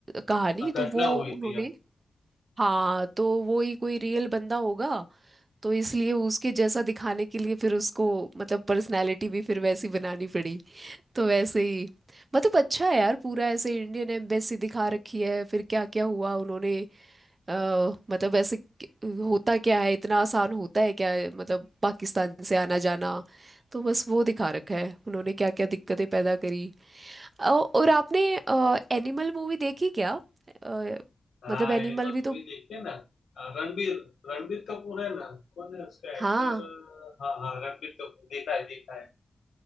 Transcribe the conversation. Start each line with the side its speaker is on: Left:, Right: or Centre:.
Right: कहानी तो
Left: घटना
Right: वो
Left: हुई
Right: उन्होंने
Left: थी
Right: हाँ तो वो ही कोई रियल बंदा होगा तो इसलिए उसके जैसा दिखाने के लिए फिर उसको मतलब पर्सनालिटी भी फिर वैसी बनानी पड़ी तो वैसे ही मतलब अच्छा है यार पूरा ऐसे इंडियन एम्बेसी दिखा रखी है फिर क्या क्या हुआ उन्होंने अ, मतलब ऐसे क- होता क्या है इतना आसान होता है क्या मतलब पाकिस्तान से आना जाना तो बस वो दिखा रखा है उन्होंने क्या क्या दिक्कतें पैदा करी औ- और आपने एनिमल मूवी देखी क्या अ,
Left: हाँ
Right: मतलब एनिमल
Left: एनिमल
Right: भी
Left: मूवी
Right: तो
Left: देखते हैं ना अ, रणबीर रणबीर कपूर है ना कौन है उसका
Right: हाँ
Left: एक्टर हाँ हाँ रणबीर कपूर देखा है देखा है